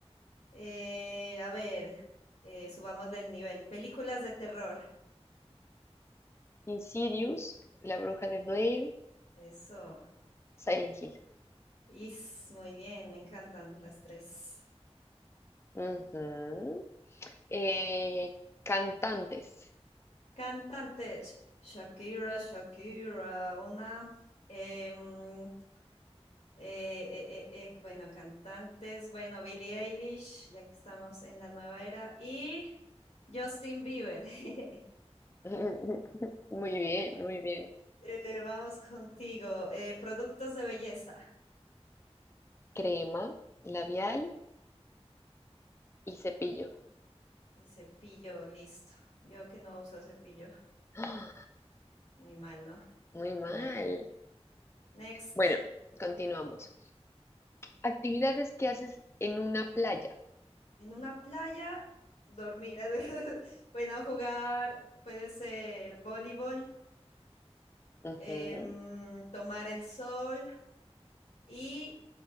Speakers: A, on the left; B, on the left.
A: Eh, a ver, eh, subámosle el nivel. Películas de terror.
B: Insidious, La Bruja de Blair,
A: Eso.
B: Silent Hill.
A: Is, muy bien, me encantan las tres.
B: Ujú. Eh, cantantes.
A: Cantantes, Shakira, Shakira, una, em, eh, eh, eh, eh, bueno, cantantes, bueno, Billie Eilish, ya que estamos en la nueva era, y Justin Bieber. <laughs>
B: <laughs> Muy bien, muy bien.
A: Eh, vamos contigo, eh, productos de belleza
B: Crema, labial y cepillo.
A: y cepillo, listo. Yo que no uso cepillo,
B: <gasps> ¡Ah!
A: muy mal, ¿no?
B: Muy mal.
A: Bueno, next,
B: Bueno, continuamos. Actividades que haces en una playa.
A: en una playa, dormir, <laughs> bueno, jugar, puede ser voleibol
B: Ujú,
A: em, tomar el sol y